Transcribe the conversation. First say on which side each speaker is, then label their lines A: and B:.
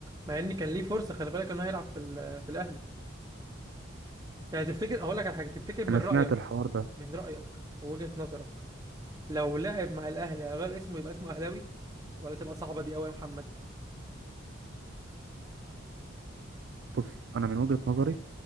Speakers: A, on the right; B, on the right.
A: مع ان كان ليه فرصه خلي بالك انه هيلعب في ال- في الاهلي يعني تفتكر هقول لك على حاجه تفتكر من
B: أنا
A: رايك
B: سمعت الحوار ده
A: من رايك ووجهه نظرك لو لعب مع الاهلي هيغير اسمه يبقى اسمه اهلاوي ولا تبقى صعبه دي قوي يا محمد
B: بص أنا من وجهة نظري